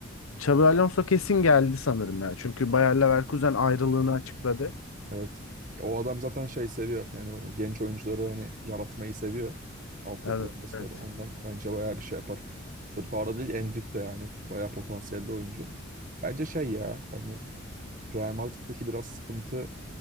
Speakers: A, on the left; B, on the right.
A: Xabi Alonso kesin geldi sanırım ya. Çünkü Bayer Leverkusen ayrılığını açıkladı.
B: Evet. Ya O adam zaten şey seviyor. Yani ona genç oyuncuları hani yaratmayı seviyor. Altyapıdan
A: Evet.
B: vesaire. Ondan bence bayağı bir şey yapar. Sırf Arda değil, Endrick de yani. Bayağı potansiyelli oyuncu. Bence şey ya yani Real Madrid'deki biraz sıkıntı